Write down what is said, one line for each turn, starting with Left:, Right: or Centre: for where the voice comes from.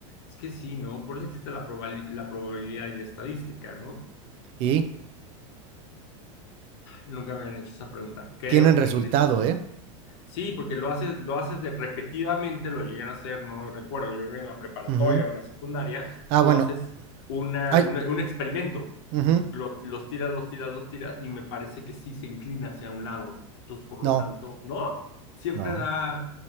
Left: Es que sí, ¿no? Por eso existe la probali- la probabilidad y la estadística, ¿no?
Right: Y
Left: Nunca me habían hecho esa pregunta. Creo
Right: tienen resultado,
Left: en el...
Right: ¿eh?
Left: Sí, porque lo haces, lo haces de repetidamente, lo llegué a hacer, no lo recuerdo, yo en la preparatoria
Right: Ujú.
Left: o en la secundaria,
Right: Ah,
Left: tú
Right: bueno,
Left: haces una,
Right: hay-
Left: una- un experimento,
Right: ujú.
Left: lo- los tiras, los tiras, los tiras, y me parece que sí se inclina hacia un lado. Entonces, por lo
Right: no,
Left: tanto, ¿no? Siempre
Right: no.
Left: da...